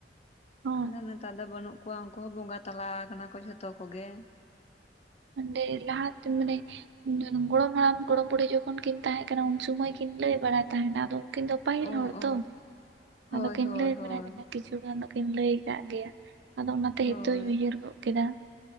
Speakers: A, on the right (about 70°); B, on the left (about 35°).
A: ᱦᱚᱸ
B: ᱟᱫᱚ ᱱᱮᱛᱟᱨ ᱫᱚ ᱵᱟᱹᱱᱩᱜ ᱠᱚᱣᱟ ᱩᱱᱠᱩ ᱦᱚᱸ ᱵᱚᱸᱜᱟ ᱛᱟᱞᱟᱣ ᱠᱟᱱᱟ ᱠᱚ ᱡᱷᱚᱛᱚ ᱠᱚᱜᱮ
A: ᱱᱚᱸᱰᱮ ᱞᱟᱦᱟᱛᱮ ᱢᱟᱱᱮ <unintelligible> ᱜᱚᱲᱚᱢ ᱦᱟᱲᱟᱢ ᱜᱚᱲᱚᱢ ᱵᱩᱲᱦᱤ ᱡᱚᱠᱷᱚᱱ ᱠᱤᱱ ᱛᱟᱦᱮᱸᱜ ᱠᱟᱱᱟ ᱩᱱ ᱥᱩᱢᱚᱭ ᱠᱤᱱ ᱞᱟᱹᱭ ᱵᱟᱲᱟᱭ ᱛᱟᱦᱮᱱ ᱟᱫᱚ ᱩᱱᱠᱤᱱ ᱫᱚ ᱯᱟᱹᱦᱤᱞ
B: ᱚ
A: ᱦᱚᱲ ᱛᱚ
B: ᱚ ᱦᱳᱭ
A: ᱟᱫᱚ ᱠᱤᱱ
B: ᱦᱳᱭ ᱦᱳᱭ
A: ᱵᱟᱲᱟᱭ ᱛᱟᱦᱮᱸ ᱠᱤᱪᱷᱩ ᱪᱷᱩ ᱜᱟᱱ ᱫᱚ ᱠᱤᱱ ᱞᱟᱹᱭ ᱠᱟᱜ ᱜᱮᱭᱟ ᱟᱫᱚ ᱚᱱᱟᱛᱮ
B: ᱦᱳᱭ
A: ᱦᱤᱛᱚᱜ ᱤᱧ ᱩᱭᱦᱟᱹᱨ ᱜᱚᱜ ᱠᱮᱫᱟ